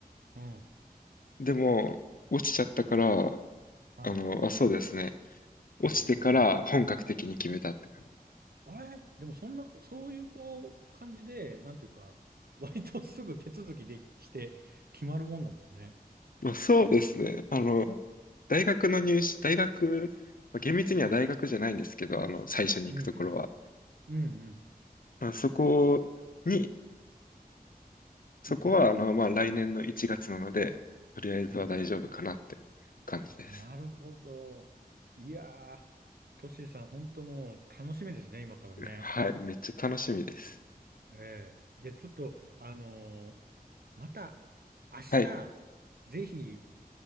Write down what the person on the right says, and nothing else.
うん。
はい。
もう一気に。うん。あれでもそんな、そういうこう感じで、なんていうか、割とすぐ手続きできして決まるもんなんですね。
うんうん。うんうん。
行くと。
うん。なるほど。いやー、トシさん、本当もう楽しみですね、今からね。
ええでちょっと、あのーまた明日、
ぜひ、